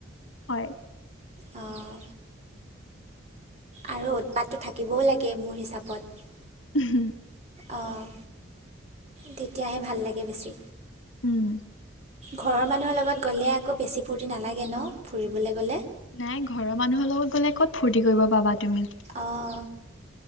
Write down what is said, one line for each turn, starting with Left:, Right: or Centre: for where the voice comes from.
Left: হয়
Right: অঁ আৰু উৎপাতটো থাকিবও লাগে মোৰ হিচাপত
Left: হম
Right: অঁ তেতিয়াহে ভাল লাগে বেছি
Left: উম
Right: ঘৰৰ মানুহৰ লগত গ'লে আকৌ বেছি ফূৰ্তি নালাগে ন ফুৰিবলৈ গ'লে
Left: নাই ঘৰৰ মানুহৰ লগত গ'লে ক'ত ফূৰ্তি কৰিব পাবা তুমি
Right: অঁ